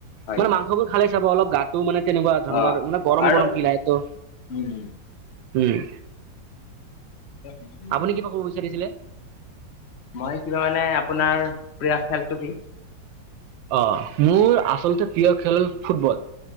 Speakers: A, on the left; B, on the right.
A: হয়
B: মানে
A: হয়
B: মাংসবোৰ খালে চাব অলপ গাতো মানে তেনেকুৱা ধৰণৰ
A: অ
B: মানে গৰম
A: আৰু
B: গৰম ফিল আহে তো
A: উম।
B: উম।
A: উম।
B: আপুনি কিবা কব বিচাৰিছিলে?
A: মই কিবা মানে আপোনাৰ প্ৰিয় খেলটো কি?
B: অ', মোৰ আচলতে প্ৰিয় খেল ফুটবল।